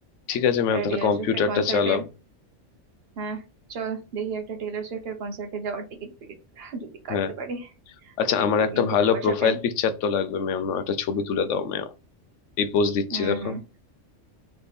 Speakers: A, on the left; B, on the right.
A: ঠিক আছে মেও
B: একটা
A: তাহলে
B: টেলর
A: কম্পিউটারটা
B: সুইফটের কনসার্টে
A: চালাও
B: হ্যাঁ চল দেখি একটা টেলর সুইফটের কনসার্টে যাওয়ার টিকিট ফিকিট যদি কাটতে
A: হ্যাঁ
B: পারি
A: আচ্ছা
B: তোর এই
A: আমার
B: ব্লগিং
A: একটা ভালো
B: থেকে পয়সা
A: প্রোফাইল
B: পেয়ে
A: পিকচার তো লাগবে মেও মেও একটা ছবি তুলে দাও মেও এই পোজ দিচ্ছি
B: হুম
A: দেখো